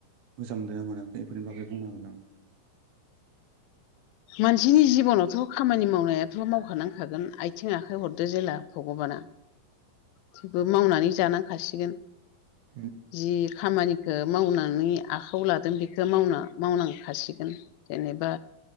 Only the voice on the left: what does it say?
मानसिनि जिब'नावथ'। खामानि मावनायाथ' मावखानांखागोन आथिं आखाइ हरदो जेला भगबाना थेवबो मावनानै जानांखासिगोन।
जि खामानिखौ मावनानै आखायाव लादों बेखौ मावना मावनांखासिगोन। जेनेबा